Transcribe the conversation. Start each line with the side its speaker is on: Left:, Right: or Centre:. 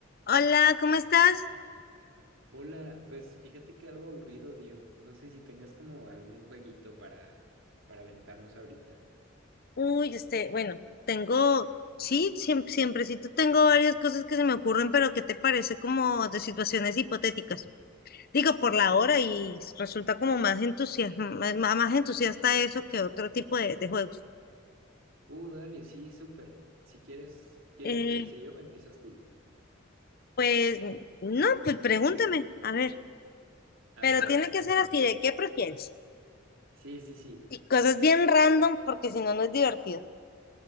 Left: Hola, ¿cómo estás?
Right: Hola, pues fíjate que algo aburrido, Dio. No sé si tengas como algún jueguito para, para aventarnos ahorita.
Left: Uy, este, bueno, tengo, sí, siempre, siemprecito tengo varias cosas que se me ocurren, pero ¿qué te parece como de situaciones hipotéticas? Digo, por la hora y resulta como más entusiasma, más, más entusiasta eso que otro tipo de, de juegos.
Right: Uh, dale, sí, súper. Si quieres, ¿quieres
Left: Eh,
Right: que empiece yo o empiezas tú?
Left: pues, no, pues pregúntame, a ver,
Right: A
Left: pero
Right: ver,
Left: A tiene ver.
Right: no
Left: que
Right: sé.
Left: ser así, ¿de qué prefieres?
Right: Sí, sí, sí.
Left: Y cosas bien random, porque si no, no es divertido.